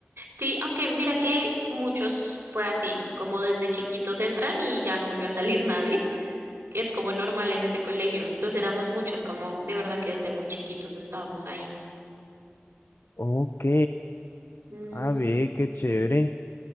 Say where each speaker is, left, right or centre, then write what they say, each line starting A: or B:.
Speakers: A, on the right (about 60°); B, on the left (about 70°).
A: Sí, aunque mira que muchos fue así, como desde chiquitos entran y ya no vuelve a salir nadie. es como normal en ese colegio. Entonces éramos muchos, como de verdad que desde muy chiquitos estábamos ahí.
B: Ok,
A: Mm,
B: a ver, qué chévere,